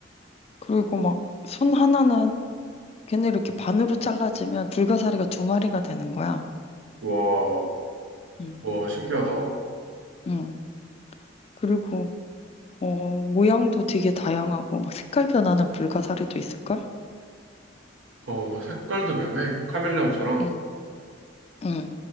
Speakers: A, on the left (about 30°); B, on the right (about 80°).
A: 그리고 막 손 하나는 걔네 이렇게 반으로 잘라지면 불가사리가 두 마리가 되는 거야.
B: 와,
A: 음.
B: 와, 신기하다.
A: 응. 그리고 어, 모양도 되게 다양하고 막 색깔 변하는 불가사리도 있을걸?
B: 어, 색깔도 변해. 카멜레온처럼.
A: 응, 응.